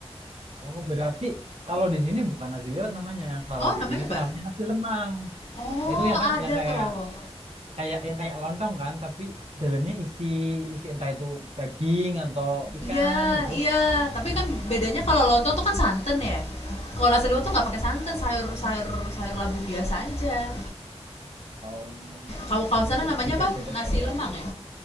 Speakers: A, on the right (about 80°); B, on the left (about 75°).
A: oh berarti kalau di sini bukan nasi liwet namanya. Kalau
B: Oh,
A: di
B: namanya
A: sini
B: apa?
A: tuh namanya nasi lemang.
B: oh
A: Itu ya kan
B: ada
A: yang kayak
B: tuh
A: kayak yang kayak lontong kan, tapi dalamnya isi isi entah itu daging atau ikan
B: iya
A: gitu.
B: iya tapi
A: Nah,
B: kan bedanya
A: seperti
B: kalau lontong tuh kan santan ya kalau nasi liwet tuh nggak pakai santan sayur sayur sayur labu biasa aja
A: oh
B: Kalau kalau
A: ya
B: sana
A: mungkin
B: namanya
A: sedikit
B: apa?
A: beda
B: Nasi
A: kali
B: lemang
A: ya.
B: ya.